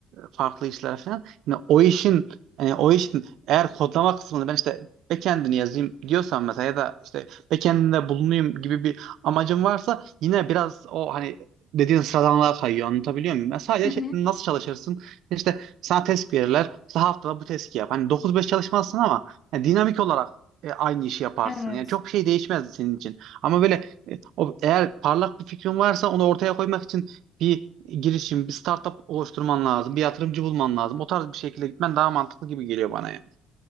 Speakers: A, on the right (about 70°); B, on the left (about 20°).
A: farklı işler falan. Yine o işin e, o işin eğer kodlama kısmını ben işte backend'ini yazayım diyorsam mesela ya da işte backend'inde bulunayım gibi bir amacım varsa yine biraz o hani dediğin sıradanlığa kayıyor. Anlatabiliyor muyum? Yani sadece
B: Hı
A: şey-
B: hı.
A: nasıl çalışırsın? İşte sana test verirler. İşte haftada bu testi yap. Hani dokuz beş çalışmazsın ama yani dinamik olarak e, aynı işi yaparsın.
B: Evet.
A: Yani çok şey değişmez senin için. Ama böyle e, o, eğer parlak bir fikrin varsa onu ortaya koymak için bir girişim, bir startup oluşturman lazım, bir yatırımcı bulman lazım. O tarz bir şekilde gitmen daha mantıklı gibi geliyor bana yani.